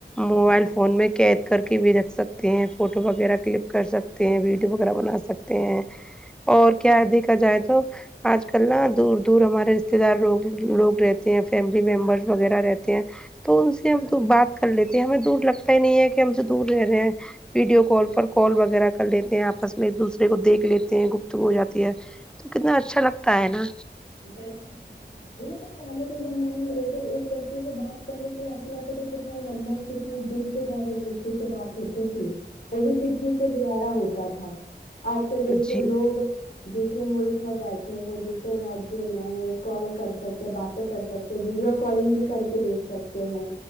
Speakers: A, in the centre; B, on the left.
A: موبائل فون میں قید کر کے بھی رکھ سکتے ہیں فوٹو وغیرہ کلک کر سکتے تے ہیں ویڈیو وغیرہ بنا سکتے ہیں اور کیا ہے دیکھا جائے تو آج کل نا دور دور ہمارے رشتے دار لوگ لوگ رہتے ہیں فیملی ممبرس وغیرہ رہتے ہیں تو ان سے ہم تو بات کر لیتے ہیں ہمیں دور لگتا ہی نہیں ہے کہ ہم سے دور رہ رہے ہیں ویڈیو کال پر کال وغیرہ کر لیتے ہیں آپس میں ایک دوسرے کو دیکھ لیتے ہیں گفتگو ہو جاتی ہے کتنا اچھا لگتا ہے نا
B: <unintelligible> بائی یہ تو پہلے کے زمانے دیکھے ایک دوسرے سے بات کرنے کے لیے ایسا لگ ستا تھا ک سال لمبا دن کے بعد ایک ویکتی سے بات ہوتی تھی وہ بھی چٹھی کو دوبارہ ہوتا تھا آج کل دیکھیے
A: جی
B: لوگ دوسرے ملک میں بیٹھے ہیں دوسرے راجیہ میں ہے کال کر سکتے باتیں کر سکتے ویڈیو کالنگ بھی کر کے دیکھ سکتے ہیں